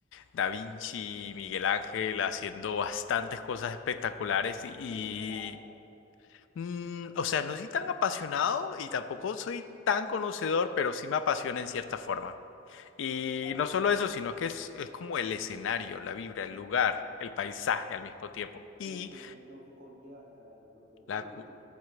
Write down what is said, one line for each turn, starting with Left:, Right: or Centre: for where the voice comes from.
Left: Da Vinci, Miguel Ángel haciendo bastantes cosas espectaculares y,
Right: ¿te gusta el arte?
Left: Mm, o sea, no soy tan apasionado y tampoco soy tan conocedor, pero sí me apasiona en cierta forma. Y
Right: Ah,
Left: no solo eso, sino que es, es como el escenario, la vibra, el lugar, el paisaje al mismo tiempo. Y
Right: Lo que, lo que conlleva estar ahí, lo que, bueno,
Left: la... cu-
Right: lo que